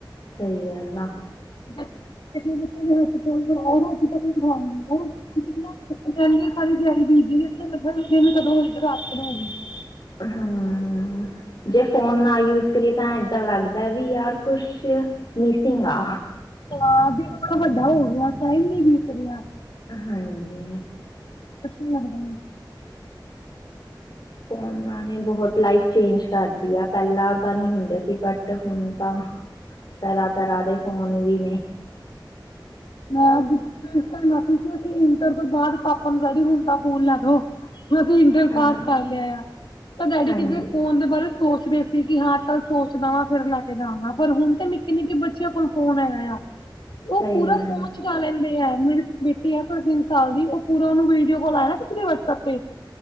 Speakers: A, on the left; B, on the left.
A: ਸਹੀ ਗੱਲ ਆ
B: ਬੱਚੇ ਦੇ ਹੱਥ ਰੋਟੀ ਤਾਂੱਕ ਨ ਖਾ ਕਹ ਸਾਰੀ ਤਿਆਰੀ ਬੀਜਦੀ ਲੱ ਲੱ ਕਦੋਂਧ ਰਾਤ <unintelligible>
A: ਹਾਂ ਜੇ ਫੋਨ ਨਾ ਯੂਜ ਕਰੀਏ ਤਾਂ ਏਦਾਂ ਲੱਗਦਾ ਦਾ ਵੀ ਯਾਰ ਕੁਛ ਮਿਸੀਂਗ ਆ
B: ਹਾਂ ਦੇਖ ਵੱਡਾ ਹੋਊਗਾ ਟਾਈਮ ਨੀ ਬੀਤਿਆ
A: ਹਾਂਜੀ
B: ਅੱਛਾ ਲੱਗਦਾ
A: ਫੋਨਾਂ ਨੇ ਬਹੁਤ ਲਾਈਫ ਚੇਂਜ ਕਰ ਦਿੱਤੀ ਆ ਪਹਿਲਾਂ ਤਾਂ ਨੀ ਹੁੰਦੇ ਸੀ ਬਟ ਹੁਣ ਤਾਂ ਤਰ੍ਹਾਂ ਤਰ੍ਹਾਂ ਦੇ ਫੋਨ ਵੀ ਨੇ
B: ਮੈਂ ਮਸੀ ਸੀ ਇੰਟਰ ਤੋਂ ਬਾਅਦ ਪਾਪਾ ਨੂੰ ਡੈਡੀ ਹੁਣ ਤਾਂ ਫੋਨ ਲੈ ਦੋ ਅਸੀਂ ਇੰਟਰ
A: ਹਾਂ
B: ਪਾਸ ਕਰ ਲਿਆ ਆ ਤਾਂ ਡੈਡੀ
A: ਹਾਂਜੀ
B: ਕਿੇ ਫੋਨ ਦੇ ਬਾਰੇ ਸੋਚਦੇ ਸੀ ਕਿ ਹਾਂ ਚੱਲ ਸੋਚਦਾ ਵਾ ਫਿਰ ਲੈ ਕੇ ਜਾਦਾ ਪਰ ਹੁਣ ਤੇ ਨਿੱਕੇ ਨਿੱਕੇ ਬੱਚਿਆਂ ਕੋਲ ਫੋਨ ਆਗਾ ਆ
A: ਸਹੀ
B: ਪੂਰਾ
A: ਗੱਲ
B: ਫੋਨ
A: ਆ
B: ਚੁਲਾ ਲੈਂਦੇ ਹੈ ਮੇਰੀ ਬੇਟੀ ਆ ਤਿੰਨ ਸਾਲ ਦੀ ਉਹ ਪੂਰਾ ਉਹਨੂੰ ਵੀਡੀਓ ਕੋਲ ਆਇ ਨਾ ਕਿਸੇ ਵਟਸਪ ਤੇ